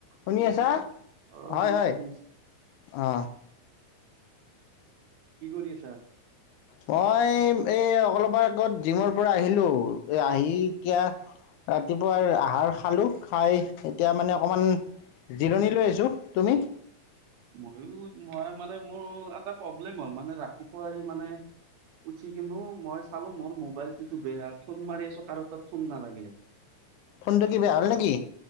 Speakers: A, on the left; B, on the right.
A: শুনি
B: শুনিছা
A: আছা?
B: অ
A: হয়
B: শুনিছো
A: হয়
B: শুনিছ
A: অ
B: কি কৰি আছা
A: মই এই, এই অলপ আগত জিমৰ পৰা আহিলো এ আহি এতিয়া ৰাতিপুৱাৰ আহাৰ খালো খাই এতিয়া মানে অকমান জিৰণি লৈ আছোঁ তুমি
B: মইয়ো মই মানে মোৰ এটা প্ৰব্লেম হ'ল মানে ৰাতিপুৱা আহি মানে উঠি কিনো মই চালো মোৰ মোবাইলটোতো বেয়া ফোন মাৰি আছো কাৰো তাত ফোন নালাগে
A: ফোনটো কি বেয়া হ'ল নেকি